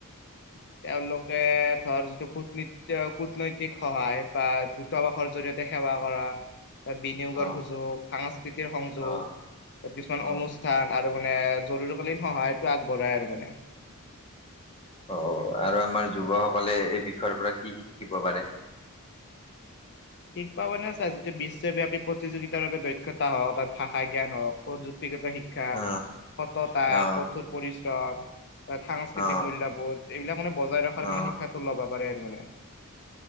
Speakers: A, on the left; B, on the left.
A: তেওঁলোকে ধৰ যিটো কূটনৃত্য কুটনৈতিক সহায় বা আবাসৰ জৰিয়তে সেৱা কৰা, তাত বিনিয়োগৰ
B: অ
A: সুযোগ, সাংস্কৃতিৰ সংযোগ,
B: অ
A: তাত কিছুমান
B: অ
A: অনু স্থান আৰু মানে জৰুৰীকালীন সহায়টো আগবঢ়াই আৰু মানে।
B: অ আৰু আমাৰ যুৱকসকলে এই বিষয়ৰ পৰা কি শিকিব পাৰে?
A: শিকবা মানে চা যিটো বিশ্বব্যাপী প্ৰতিযোগিতাৰ বাবে দক্ষতা হওক, অথাৎ ভাষা জ্ঞান হওক, প্ৰযুক্তিগত শি ক্ষা,
B: অ
A: সততা,
B: অ
A: কঠোৰ পৰিশ্ৰম, তাত সাংস্কৃতিক
B: অ
A: মূল্যবোধ এইবিলাক মানে বজাই ৰখাৰ
B: অ
A: মানে শিক্ষাটো ল'বা পাৰে আৰু মানে